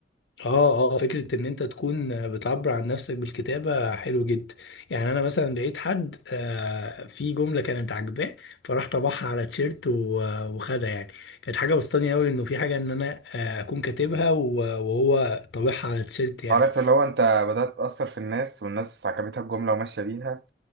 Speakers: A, on the left; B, on the right.
A: اه اه فكرة ان انت تكون بتعبر عن نفسك بالكتابة حلو جدا يعني انا مثلا لقيت حد آه في جملة كانت عاجباه فراح طبعها على تيشيرت و- وخدها يعني كانت حاجة بسطاني قوي انه في حاجة ان انا آه اكون كاتبها و- وهو طابعها على تيشيرت يعني
B: عارف اللي هو انت بدأت تأثر في الناس والناس عجبتها الجملة وماشية بيها